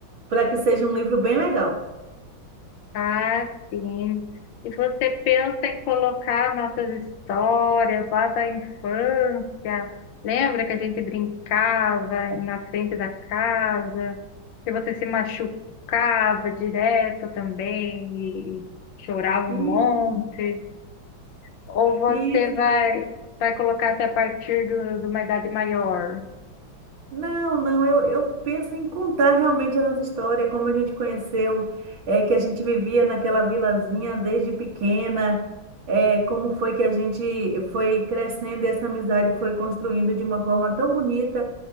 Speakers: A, on the right; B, on the left.
A: para que seja um livro bem legal.
B: Ah, sim. E você pensa em colocar nossas histórias lá da infância. Lembra que a gente brincava na frente da casa, que você se machucava direto também e, e chorava
A: E-
B: um monte? Ou você
A: Isso,
B: vai, vai colocar até a partir do- de uma idade maior?
A: Não, não, eu, eu penso em contar realmente a nossa história, como a gente conheceu, é, que a gente vivia naquela vilazinha desde pequena, é, como foi que a gente foi crescendo e essa amizade foi construindo de uma forma tão bonita